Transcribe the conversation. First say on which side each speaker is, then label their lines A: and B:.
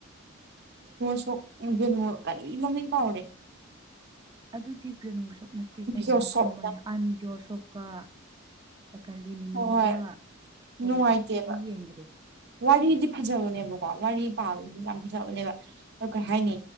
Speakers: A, on the right; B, on the right.
A: ꯁꯨꯣ ꯀꯔꯤꯅꯃꯤ ꯀꯥꯎꯦ
B: ꯑꯗꯨꯗꯤ ꯕꯦꯅꯨ ꯁꯛ ꯅꯠꯇꯦ ꯀꯩꯅꯣꯅ
A: ꯌꯣꯁꯣꯞꯅ
B: ꯀꯨꯝꯕꯅꯦ ꯑꯟ ꯌꯣꯁꯣꯞꯀ ꯀꯟꯂꯤ ꯃꯤꯅꯨꯒ
A: ꯍꯣꯏ ꯍꯣꯏ
B: ꯇꯧꯕꯗꯣ
A: ꯅꯨꯡꯉꯥꯏꯇꯦꯕ
B: ꯑꯩ ꯌꯦꯡꯗ꯭ꯔꯦ
A: ꯋꯥꯔꯤꯗꯤ ꯐꯖꯕꯅꯦꯕꯀꯣ ꯋꯥꯔꯤ ꯄꯥꯕꯅ ꯌꯥꯝ ꯐꯖꯕꯅꯦꯕ ꯑꯗ ꯀꯩ ꯍꯥꯏꯅꯤ